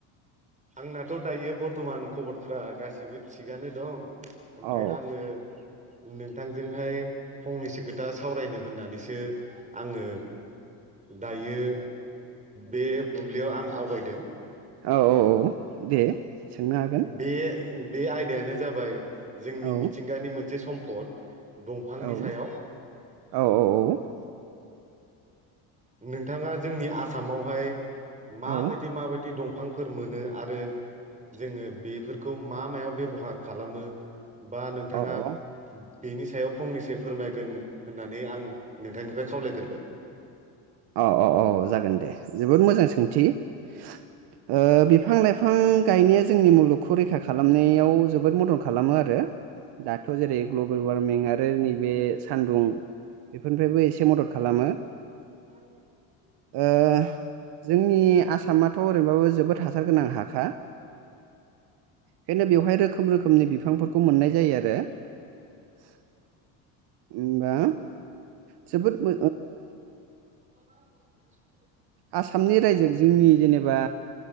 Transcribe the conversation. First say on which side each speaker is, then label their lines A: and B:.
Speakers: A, on the right (about 15°); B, on the right (about 60°).
A: आंनाथ' दायो बरथ'मान खबरफ्रा गासिबो थिगानो दं ओमफ्राय
B: औ
A: आङो नोंथांजोंहाय फंनैसो खोथा सावरायनो होननानैसो आङो दायो बे बुब्लियाव आं आवगायदों
B: औ औ औ दे सोंनो हागोन
A: बे बे आयदायानो जाबाय जोंनि
B: औ
A: मिथिंगानि मोनसे सम्फद दंफांनि
B: औ
A: सायाव
B: औ औ औ
A: नोंथाङा जोंनि आसामावहाय माबायदि
B: औ
A: माबायदि दंफां फोर मोनो आरो जोङो बेफोरखौ मा मायाव बेबहार खालामो बा नोंथाङा
B: औ
A: बेनि सायाव फंनैसो फोरमायगोन होननानै आं नोंथांनिफ्राय खावलायग्रोबाय
B: औ औ औ जागोन दे जोबोद मोजां सोंथि ओ बिफां लाइफां गायनाया जोंनि मुलुगखौ रैखा खालामनायाव जो बोद मदन खालामो आरो दाथ' जेरै ग्लबेलवार्मिं आरो नैबे सान्दुं बेफोरनिफ्रायबो एसे मदद खालामो।
A: <inaudible>
B: ओ जोंनि आसामाथ' ओरैनोबाबो जोबोद हासार गोनां हाखा बेखायनो बेवहाय रोखोम रोखोमनि बिफांफोरखौ मोननाय जायो आरो <inaudible> होनबा जोबोद ओ
A: <inaudible>
B: आसामनि रायजो जोंनि जेनेबा